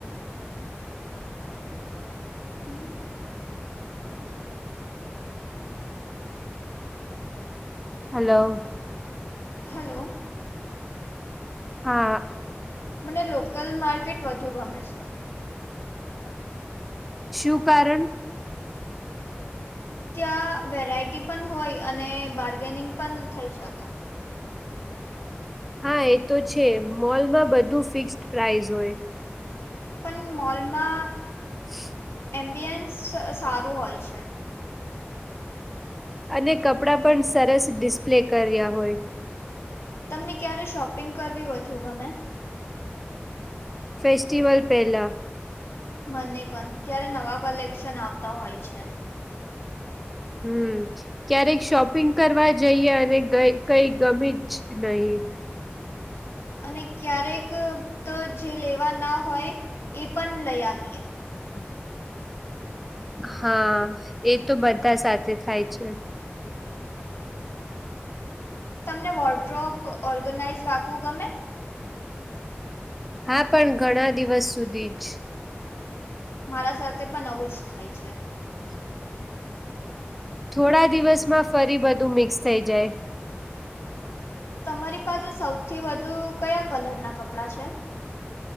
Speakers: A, on the left (about 75°); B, in the centre.
A: હ
B: હલો
A: હલો
B: હા
A: મને લોકલ માર્કેટ વધુ ગમે છે
B: શું કારણ
A: ક્યા વેરાયટી પણ હોય અને બાર્ગેનિંગ પણ થઈ શકે
B: હા એ તો છે મોલમાં બધું ફિક્ડ પ્રાાઈસ હોય
A: પણ મોલમાં
B: <inaudible>
A: એમ્બિયન્સ સારું હોય છે
B: અને કપડાં પણ સરસ ડિસ્પ્લે કર્યા હોય
A: તમને ક્યારે શોપિંગ કરવી વધુ ગમે
B: ફેસ્ટિવલ પહેલા
A: મને પણ ત્યારે નવા કલેક્શન આવતા હોય છે
B: હમ ક્યારેક શોપિંગ કરવા જઈએ અને કઈ ગમી જ નહીિ
A: અને ક્યારેક તો જે લેવા ના હોય એ પણ લઈ આવીએ
B: હમ હા એ તો બધા સાથે થાય છે
A: તમને વોર્ડ્રોપ ઓર્ગનાઇઝ રાખવું ગમે
B: હા પણ ઘણા દિવસ સુધી જ
A: મારા સાથે પણ આવું જ થાય છે
B: <inaudible> થોડા દિવસમાં ફરી બધું મિક્સ થઈ જાય
A: તમારી પાસે સૌથી વધુ કયા કલરના કપડાં છે